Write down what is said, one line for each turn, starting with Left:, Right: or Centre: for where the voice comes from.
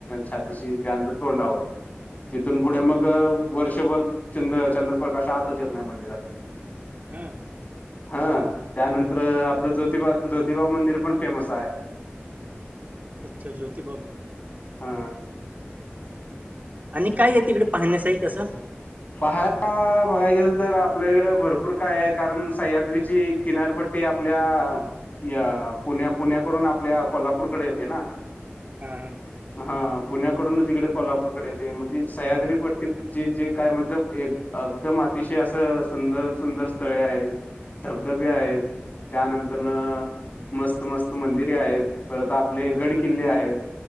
Left: छातीशी त्यानंतर तोंडावर तिथून
Right: अच्छा
Left: पुढे मग वर्षभर चंद्र चंद्रप्रकाश आतच येत नाही मंदिरात.
Right: हम्म
Left: हा त्यानंतर आपलं ज्योतिबा ज्योतिबा मंदिर पण फेमस आहे
Right: अच्छा ज्योतिबा
Left: हा
Right: आणि काय आहे तिकडे पाहण्यासाठीई कसं?
Left: पहा बघाय गेल तर आपल्याकडे भरपूर काय आहे कारण सह्याद्रीची किनारपट्टी आपल्या या पुण्या पुण्याकडून आपल्या कोल्हापूरकडे येते ना
Right: हा
Left: हा पुण्याकडूनच इकडे कोल्हापूरकडे येते मग ते सह्याद्री पट्टीत जे जे काय म्हणल एक एकदम अतिशय असं सुंदर सुंदर स्थळे आहे धबधबे आहेत त्यानंतर मस्त मस्त मंदिरे आहेत परत आप आपले
Right: हां,
Left: गड किल्ले आहेत